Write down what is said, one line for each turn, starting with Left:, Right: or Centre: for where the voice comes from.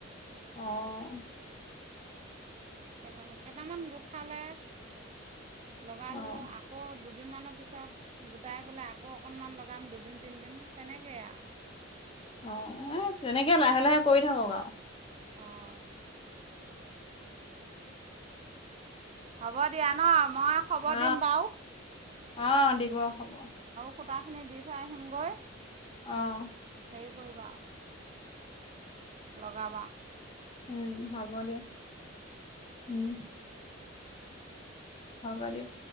Left: অ
Right: সেইকাৰণে কেইটামান গোট খালে লগালো
Left: অ',
Right: আকৌ দুদিনমানৰ পিছত গোটাই পেলাই আকৌ অকণমান লগাম দুদিন তিনিদিন তেনেকেই আৰু
Left: অ এ তেনেকে লাহে লাহে কৰি থাকক আও
Right: অঁ হ'ব দিয়া ন মই খবৰ
Left: অ
Right: দিম বাৰু
Left: অ দি ব হ'ব
Right: সূতা খিনি দি থৈ আহিমগৈ
Left: অহ
Right: হেৰি কৰিবা লগাবা
Left: উম হব দিয়ক উম হব দিয়ক